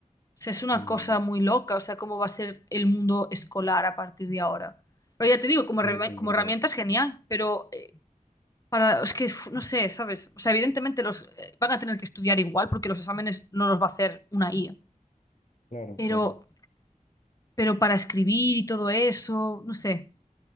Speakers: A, on the left; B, on the left.
A: O sea, es una
B: Sí,
A: cosa muy loca, o sea, cómo va a ser el mundo escolar a partir de ahora. Pero ya te digo, como,
B: sí,
A: herramienta-
B: eso es
A: como
B: verdad.
A: herramienta es genial, pero para, es que uf, no sé, ¿sabes? O sea, evidentemente los eh, van a tener que estudiar igual porque los exámenes no los va a hacer una IA.
B: Claro,
A: Pero,
B: claro.
A: pero para escribir y todo eso, no sé,